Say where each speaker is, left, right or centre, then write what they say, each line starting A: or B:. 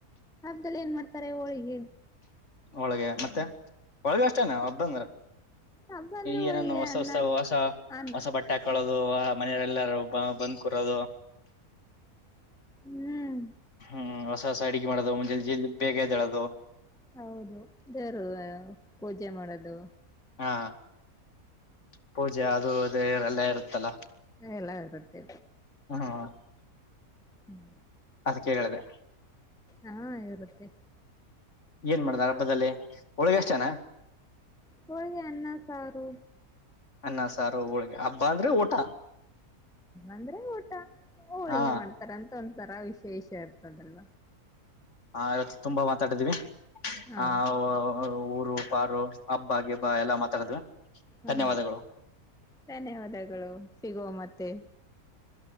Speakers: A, in the centre; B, on the left.
A: ಹಬ್ಬದಲ್ಲಿ ಏನ್ ಮಾಡ್ತಾರೆ ಹೋಳಿಗೆ
B: ಹೋಳಿಗೆ ಮತ್ತೆ ಒಳಗ ಅಷ್ಟೇನೆ ಒಬ್ಬಂದ್ರ
A: ಹಬ್ಬ ಅಂದ್ರೆ
B: ಏನೇನು
A: ಹೋಳಿಗೆ
B: ಹೊಸ
A: ಅನ್ನ
B: ಹೊಸತ ಹೊಸ
A: ಅನ್ನ
B: ಹೊಸ ಬಟ್ಟೆ ಹಾಕಳೋದು ಹೊ ಮನೆಯರೆಲ್ಲಾರೂ ಬ ಬಂದ್ಕೂರದು
A: ಹ್ಮ್
B: ಹ್ಮ್ ಹೊಸ ಅಡಿಗೆ ಮಾಡೋದು ಮುಂಜೆಲಿ ಬೇಗ ಎದ್ದೇಳೋದು
A: ಹೌದು ದೇವ್ರು ಪೂಜೆ ಮಾಡದು
B: ಹಾ ಪೂಜೆ ಅದು ತೆರೆಲ ಇರುತ್ತಲ್ಲಾ
A: ಎಲ್ಲ ಇರುತ್ತೆ
B: ಹಾ
A: ಹ್ಮ್
B: ಅದಕ್ಕೆ ಹೇಳಿದೆ
A: ಹಾ ಇರುತ್ತೆ
B: ಏನ್ ಮಾಡ್ದ ಹಬ್ಬದಲ್ಲಿ ಹೋಳಿಗೆ ಅಷ್ಟನಾ
A: ಹೋಳಿಗೆ ಅನ್ನ ಸಾರು
B: ಅನ್ನ ಸಾರು ಹೋಳ್ಗೆ ಹಬ್ಬ ಅಂದ್ರೆ ಊಟ
A: ಇಂದ್ರೆ ಊಟ ಹೋಳಿಗೆ
B: ಹಾ
A: ಮಾಡ್ತಾರಂತ ಒಂದ ತರಾವಿಸ ಶೇಷ ಇರ್ತದೆಲ್ಲ
B: ಹಾ ಇವತ್ತು ತುಂಬಾ ಮಾತಾಡಿದೀವಿ
A: ಹಾ
B: ಅವ್ ವೊ ವ್ ಊರು ಪಾರು ಹಬ್ಬ ಗಿಬ್ಬ
A: ಹ್ಮ್
B: ಎಲ್ಲಾ ಮಾತಾಡಿದ್ವಿ
A: ಹ್ಮ್
B: ಧನ್ಯವಾದಗಳು.
A: ಧನ್ಯವಾದಗಳು ಸಿಗುವ ಮತ್ತೆ.